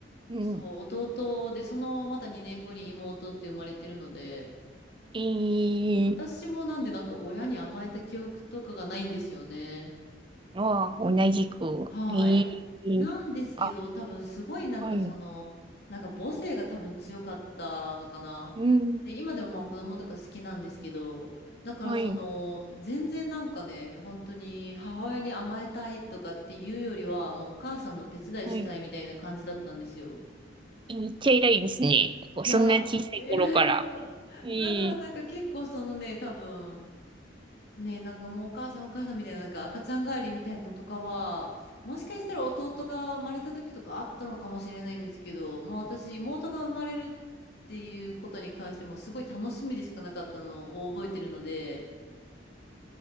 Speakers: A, on the right; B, on the left.
A: うん。
B: そう、弟で、そのまた2年後に妹って生まれてるので、
A: えー、
B: 私もなんでなんか親に甘えた記憶とかがないんですよね。
A: あ、同じく。
B: はい。
A: えー、
B: なんですけど、
A: あ、
B: 多分すごいなんかその、
A: はい。
B: なんか母性が多分強かったのかな。
A: うん、
B: で、今でもまあ子供とか好きなんですけど、だからその、
A: はい、
B: 全然なんかね、本当に母親に甘えたいとかっていうよりは、もうお母さんの手伝いしたいみたいな感じだったんですよ。
A: はい。えめっちゃ偉いですね。こうそんな小さい頃から。
B: いや、偉いのかな。
A: えー、
B: だからなんか結構そのね、多分、ね、なんかもうお母さんお母さんみたいな、なんか赤ちゃん帰りみたいなのとかは、もしかしたら弟が生まれた時とかあったのかもしれないんですけど、もう私、妹が生まれるっていうことに関してもすごい楽しみでしかなかったのを覚えてるので、